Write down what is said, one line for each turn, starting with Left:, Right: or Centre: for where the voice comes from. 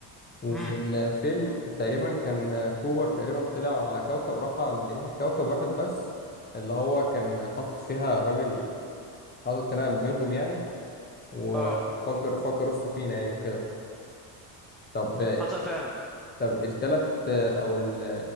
Left: وفي
Centre: مم.
Left: الفيلم تقريبا كان آه، كوبر تقريبا طلع على كوكب راح عند ناحيه كوكب واحد بس اللي هو كان حاطط فيها الراجل حاطط خناقه بينهم يعني وفجر
Centre: اه
Left: فجروا السفينه يعني وكده طب
Centre: حصل فعلا
Left: طب التلات او ال-